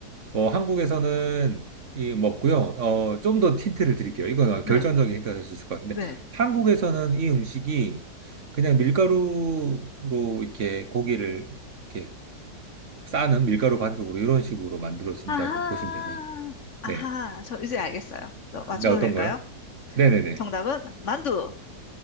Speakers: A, on the right; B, on the left.
A: 뭐 한국에서는 이 먹고요. 어, 좀 더 힌트를 드릴게요. 이건
B: 네,
A: 결정적인 힌트가 될 수 있을 것 같은데
B: 네.
A: 한국에서는 이 음식이 그냥 밀가루로 이렇게 고기를 이렇게 싸는 밀가루 반죽으로 이런 식으로 만들어진다고
B: 아하,
A: 보시면 되고요.
B: 아하,
A: 네.
B: 저 이제 알겠어요. 저 맞춰도
A: 근데 어떤
B: 될까요?
A: 거요? 네네네.
B: 정답은 만두.